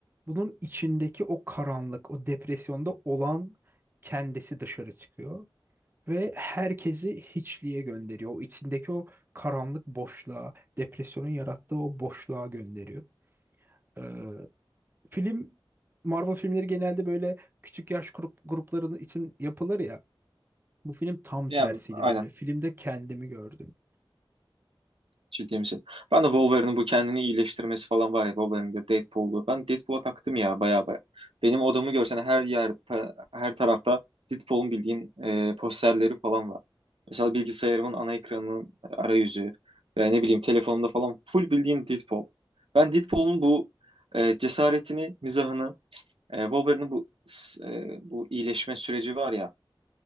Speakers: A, on the right; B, on the right.
A: bunun içindeki o karanlık, o depresyonda olan kendisi dışarı çıkıyor. Ve herkesi hiçliğe gönderiyor. O içindeki o karanlık boşluğa, depresyonun yarattığı o boşluğa gönderiyor. Ee, film Marvel filmleri genelde böyle küçük yaş grup gruplarının için yapılır ya. Bu film tam
B: yani
A: tersiydi
B: aynen
A: böyle. Filmde kendimi gördüm.
B: ciddi misin? Ben de Wolverine'in bu kendini iyileştirmesi falan var ya Wolverine'de Deadpool'du. Ben Deadpool'a taktım ya baya baya. Benim odamı görsen her yer ta- her tarafta Deadpool'un bildiğin e, posterleri falan var. Mesela bilgisayarımın ana ekranının arayüzü veya ne bileyim telefonumda falan full bildiğin Deadpool. Ben Deadpool'un bu e, cesaretini, mizahını, e, Wolverine'in bu s- e, bu iyileşme süreci var ya